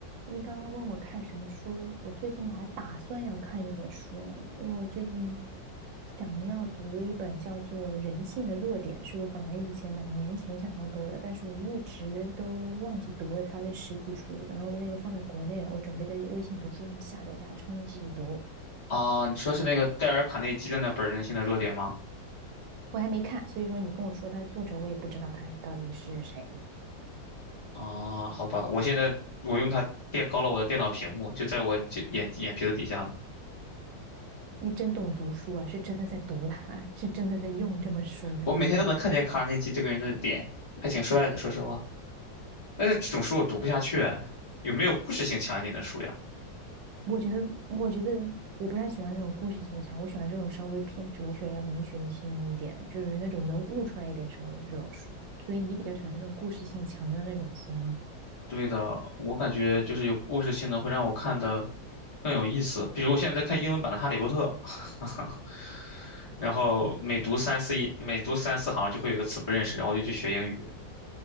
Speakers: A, on the right; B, on the left.
A: 你刚刚问我看什么书，我最近还打算要看一本书了呢，因为我最近想要读的一本叫做《人性的弱点》，是我本来以前两年前想要读的，但是我一直都忘记读了它的实体书，然后那个放在国内了，我准备在微信读书上下载下来，重新继续读，
B: 啊，你说是那个戴尔卡内基的那本人性的弱点》吗？
A: 我还没看，所以说你跟我说它的作者，我也不知道他到底是谁。
B: 啊，好吧，我现在我用它垫高了我的电脑屏幕，就在我就眼眼皮子底下呢。
A: 你真懂读书啊，是真的在读它，是真的在用这本书的力量。
B: 我每天都能看见卡尔内基这个人的脸，还挺帅的，说实话。但是这种书我读不下去哎，有没有故事性强一点的书呀？
A: 我觉得，我觉得我不太喜欢那种故事性强，我喜欢这种稍微偏哲学、文学性一点，就是那种能悟出来一点什么的这种书。所以你比较喜欢那种故事性强的那种书吗？
B: 对的，我感觉就是有故事性的会让我看的更有意思。比如我现在在看英文版的《哈利波特》，<laughs> 然后每读三四页，每读三四行就会有一个词不认识，然后我就去学英语。